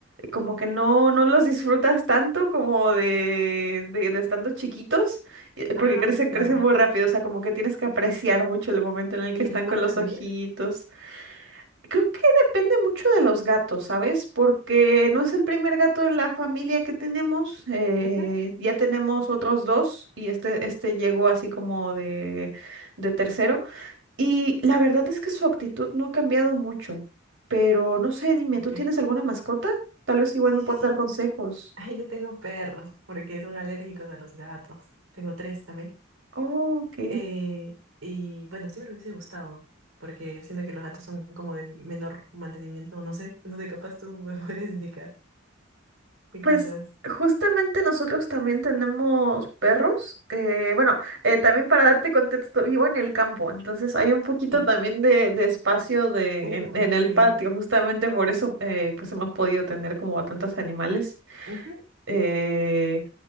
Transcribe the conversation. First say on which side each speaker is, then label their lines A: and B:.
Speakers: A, on the right (about 65°); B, on the right (about 80°).
A: como que no, no los disfrutas tanto como de, de, de estando chiquitos, eh,
B: Ajá,
A: porque crecen,
B: claro.
A: crecen muy rápido, o sea, como que tienes que apreciar mucho el momento en el que
B: ¿Y
A: están
B: el humor
A: con los
B: cambia?
A: ojitos. Creo que depende mucho de los gatos, ¿sabes? Porque no es el primer gato en la familia que tenemos, eh,
B: Ujú.
A: ya tenemos otros dos y este, este llegó así como de, de tercero. Y la verdad es que su actitud no ha cambiado mucho, pero no sé, dime,
B: Ok.
A: ¿tú tienes alguna mascota? Tal vez igual
B: Sí,
A: me
B: sí,
A: puedas
B: sí.
A: dar consejos.
B: Ay, yo tengo perros, porque son alérgicos a los gatos. Tengo tres también.
A: Ok,
B: Eh, y bueno, siempre me hubiese gustado, porque siento que los gatos son como de menor mantenimiento, o no sé, no sé, capaz tú me <laughs> puedes indicar que
A: pues
B: quizás.
A: justamente nosotros también tenemos perros. eh, bueno, eh, también para darte contexto, vivo en el campo, entonces hay un poquito
B: Ujú.
A: también de, de espacio de,
B: Uy,
A: en, en
B: increíble.
A: el patio, justamente por eso eh, pues hemos podido tener como a tantos animales.
B: Ujú,
A: Eh,